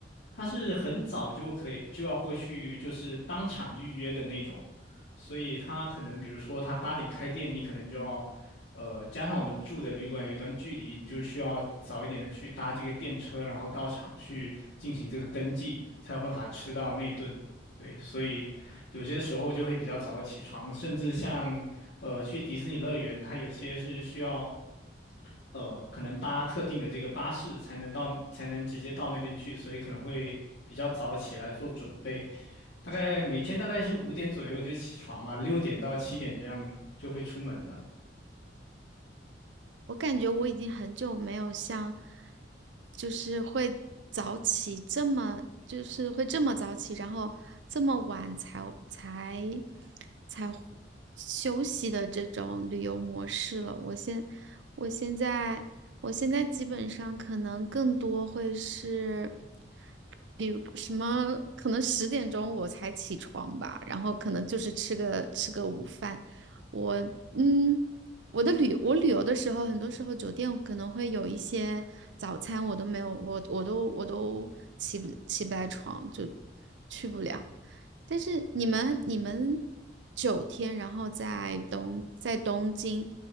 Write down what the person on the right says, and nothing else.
我感觉我已经很久没有像，就是会早起这么，就是会这么早起，然后这么晚才才才休息的这种旅游模式了。我现我现在我现在基本上可能更多会是，比如什么，可能十点钟我才起床吧，然后可能就是吃个吃个午饭，我嗯。我的旅我旅游的时候，很多时候酒店可能会有一些早餐，我都没有，我我都我都起不起不来床，就去不了。但是你们你们九天，然后在东在东京，